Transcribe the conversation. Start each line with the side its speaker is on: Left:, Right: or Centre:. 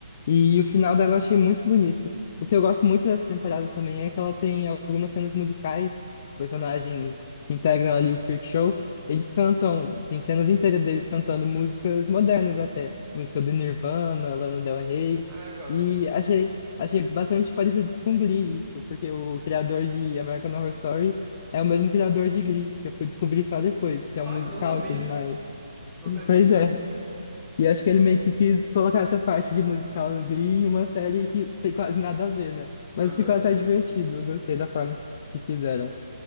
Left: E o final dela eu achei muito bonito. O que eu gosto muito dessa temporada também é que ela tem algumas cenas musicais, personagens
Centre: Aham.
Left: que integram ali o Freak Show, eles cantam, tem cenas inteiras deles cantando músicas modernas até, música do Nirvana, Lana Del Rey,
Centre: Ah, eu gosto
Left: e
Centre: disso.
Left: achei Achei bastante parecido com Glee isso, porque o criador de American Horror Story é o mesmo criador de Glee, que eu fui descobrir só depois, que é
Centre: Olha,
Left: um musical
Centre: eu não sabia.
Left: e tudo mais.
Centre: Não sabia
Left: Pois
Centre: disso.
Left: é. E acho que ele meio que quis colocar essa parte de musical do Glee em uma série que tem quase nada a ver, né? Mas
Centre: Aham.
Left: ficou até divertido. Eu gostei da forma que fizeram.